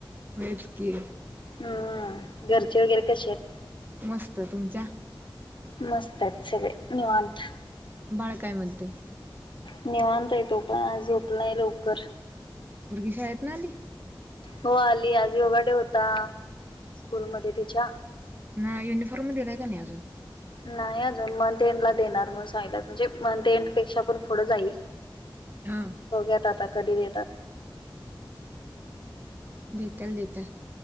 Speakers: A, on the right; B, on the left.
A: होय च कि
B: हम्म घरचे वगैरे कसे आहेत.
A: मस्त तुमच्या
B: मस्त आहेत सगळे निवांत
A: बाळकाय म्हणतंय
B: निवांत आहे तो पण आ झोपलाय लवकर
A: पुरगी शाळेत न आली.
B: हो आली आज योगा डे होता स्कूलमध्ये तिच्या
A: ना युनिफॉर्म दिलाय का नाही अजून
B: नाही अजून मंथ एंड ला देणार म्हणून सांगितल्यात म्हणजे मंथ एंड पेक्षा पण पुढं जाईल
A: हा
B: बघूया आता आता कधी देतात.
A: देत्याल देत्याल.